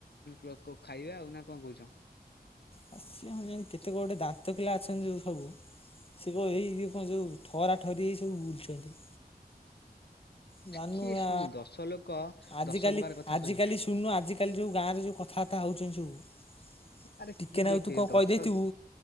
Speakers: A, on the left; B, on the left.
A: କ କ ଖାଇବା ଆଉ। ନା କଣ କହୁଛ?
B: ଆ କେତେ ଗୋଟେ ଦାନ୍ତ କେଲା ଅଛନ୍ତି ଯୋଉ ସବୁ ସେ କଣ ଏଇ କି କଣ ଯଉ ଠରା ଠରି ହେଇ ସବୁ ବୁଲୁଛନ୍ତି। ଜାନୁ
A: କିଏ ଶୁଣୁ
B: ଆ
A: ଦଶ ଲୋକ
B: ଆଜିିକାଲି
A: ଦଶ ପ୍ରକାର କଥା
B: ଆଜିକାଲି
A: କହିବେ।
B: ଶୁଣୁନୁ ଆଜିକାଲି ଯଉ ଗାଁରେ ଯଉ କଥାବାର୍ତ୍ତା ହଉଛନ୍ତି ସବୁ
A: ଆରେ
B: ଟିକେ
A: କିଏ
B: ନାକୁ
A: ଦେଖେ
B: ତୁ କଣ
A: ଦଶଲ
B: କହିଦେଇଥିବୁ